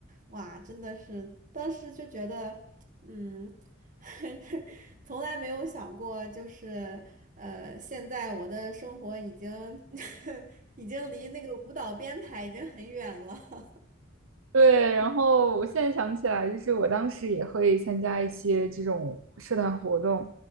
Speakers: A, on the right; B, on the right.
A: 哇，真的是，当时就觉得。嗯。<laughs> 从来没有想过，就是呃，现在我的生活已经 <laughs> 已经离那个舞蹈编排已经很远了。
B: 对，然后我现在想起来，就是我当时也会参加一些这种社团活动，